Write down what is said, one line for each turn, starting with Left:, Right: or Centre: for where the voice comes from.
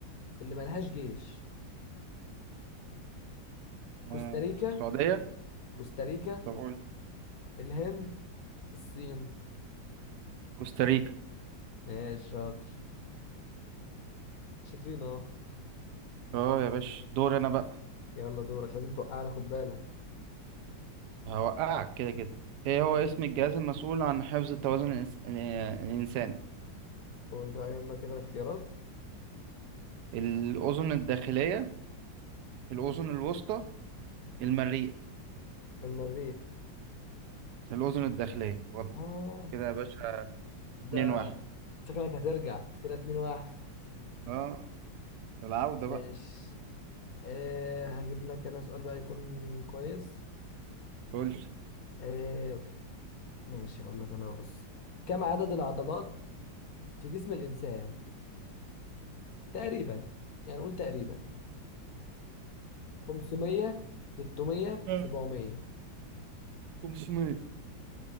Left: اللي ملهاش جيش كوستاريكا
Right: آه، السعودية
Left: كوستاريكا
Right: طب قول
Left: الهند الصين
Right: كوستاريكا
Left: ماشي شاطر شاطرين اهو
Right: اه يا باشا دور انا بقى
Left: يلا دورك لازم توقعنا خد بالك
Right: هوقعك كده كده ايه هو اسم الجهاز المسؤول عن حفظ التوازن الإنس... آه، الانسان
Left: قول بقى يلا كده الاختيارات
Right: الاذن الداخليه الاذن الوسطى المريء
Left: المريخ
Right: الاذن الداخليه غلط
Left: اه
Right: كده يا باشا
Left: ده
Right: 2 1
Left: شكلك هترجع كده اتنين واحد
Right: اه العودة
Left: ماشي
Right: بقى
Left: أه هجيب لك انا سؤال بقى يكون كويس
Right: قول لي
Left: أه ماشي هقول لك انا بص كم عدد العضلات في جسم الانسان تقريبا يعني قول تقريبا 500 600
Right: آه،
Left: 700
Right: 500